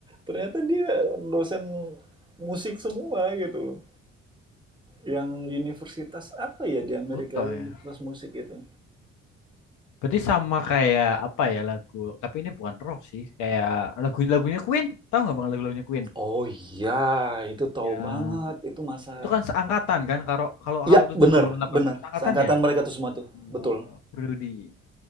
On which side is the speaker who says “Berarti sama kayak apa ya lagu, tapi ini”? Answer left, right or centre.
Left